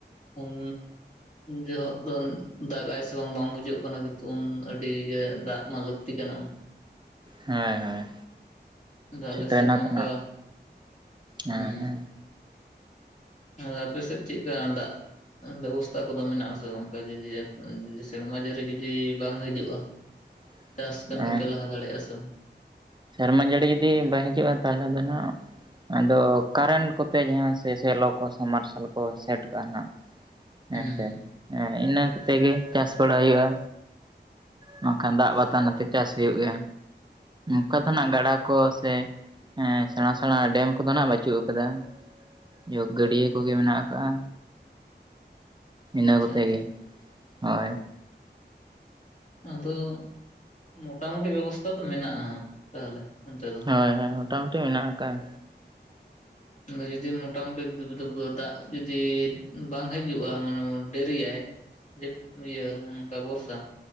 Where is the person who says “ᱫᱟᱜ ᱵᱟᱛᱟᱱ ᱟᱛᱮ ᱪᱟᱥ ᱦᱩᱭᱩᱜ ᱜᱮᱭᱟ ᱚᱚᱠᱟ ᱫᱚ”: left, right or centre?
Right